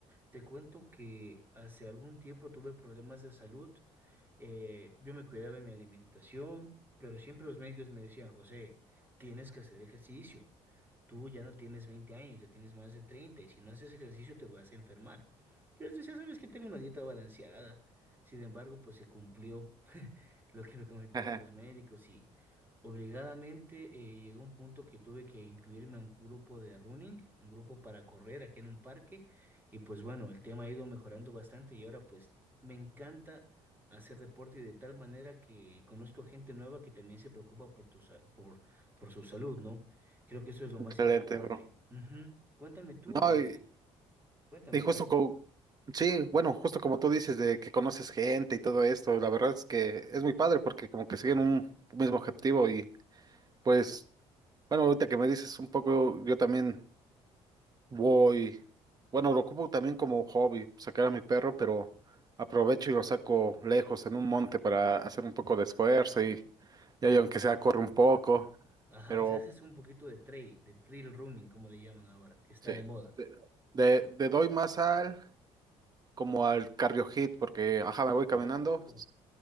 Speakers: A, on the right; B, on the right.
A: Te cuento que hace algún tiempo tuve problemas de salud, eh, yo me cuidaba de mi alimentación, pero siempre los médicos me decían, José, tienes que hacer ejercicio tú ya no tienes 20 años, ya tienes más de 30 y si no haces ejercicio te vas a enfermar. Yo les decía, sabes que tengo una dieta balanceada. Sin embargo, pues se cumplió <laughs> lo que me comentaban
B: <laughs>
A: los médicos y obligadamente eh, llegó un punto que tuve que incluirme a un grupo de running, un grupo para correr aquí en un parque y pues bueno, el tema ha ido mejorando bastante y ahora pues me encanta hacer deporte y de tal manera que conozco gente nueva que también se preocupa por tu, sa- por, por su salud, ¿no? Creo que eso es lo
B: Excelente,
A: más importante.
B: bro.
A: Ujú. Cuéntame tú,
B: No,
A: eh,
B: y,
A: cuéntame
B: Y justo
A: algo.
B: como, sí, bueno, justo como tú dices de que conoces gente y todo esto, la verdad es que es muy padre porque como que siguen un mismo objetivo y pues, bueno, ahorita que me dices un poco, yo también voy, bueno, lo ocupo también como hobby, sacar a mi perro, pero aprovecho y lo saco lejos en un monte para hacer un poco de esfuerzo y, y ahí aunque sea corre un poco,
A: Ajá,
B: pero
A: o sea, haces un poquito de trail, de trail running, como le llaman ahora, que está
B: sí,
A: de moda.
B: de, de- de doy más al como al cardio hit porque, ajá, me voy caminando.
A: Oh,